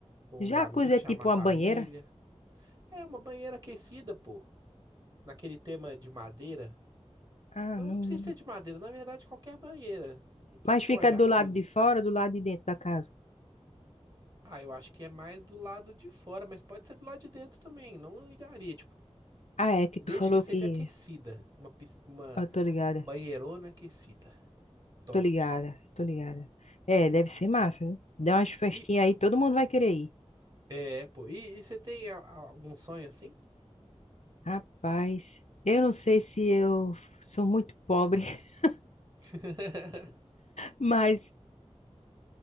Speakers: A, on the right; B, on the left.
A: com
B: Jacuzzi
A: os amigos,
B: é tipo
A: chamar a
B: uma
A: família.
B: banheira?
A: É uma banheira aquecida, pô. Naquele tema de madeira.
B: Ah,
A: Não
B: não.
A: precisa ser de madeira, na verdade, qualquer banheira. Não precisa
B: Mas fica
A: ser uma jacuzzi.
B: do lado de fora ou do lado de dentro da casa?
A: Ah, eu acho que é mais do lado de fora, mas pode ser do lado de dentro também. Não ligaria, tipo,
B: Ah, é que
A: desde
B: tu falou
A: que seja
B: que.
A: aquecida. Uma, pis- uma
B: Eu tô ligada,
A: banheirona aquecida. Top.
B: tô ligada, tô ligada. É, deve ser massa, né? Dá umas festinhas
A: E,
B: aí, todo mundo vai querer ir.
A: é, pô. E, e você tem a- a- algum sonho assim?
B: Rapaz, eu não sei se eu sou muito pobre, <laughs>
A: <laughs>
B: mas